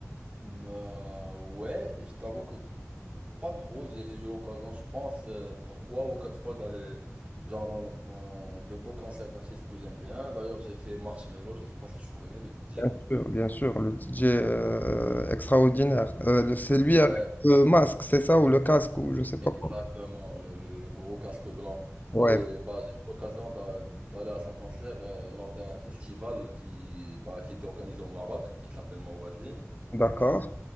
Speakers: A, on the right; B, on the left.
A: Euh, ouais, je t'avoue que pas trop. J'ai eu l'occasion, je pense, euh, trois ou quatre fois d'aller genre dans, dans de beaux concerts d'artistes que j'aime bien. D'ailleurs, j'ai fait Marshmello, je sais pas si tu connais le DJ.
B: Bien sûr, bien sûr, le DJ euh, extraordinaire. Euh, le- c'est lui
A: Ouais.
B: avec le masque, c'est ça, ou le casque, ou je sais
A: Exactement,
B: pas quoi.
A: le, le- le gros casque blanc.
B: Ouais,
A: Et bah, j'ai eu l'occasion d'a- d'aller à son concert euh, lors d'un festival qui, bah, qui était organisé au Maroc, qui s'appelle Mawazine.
B: d'accord.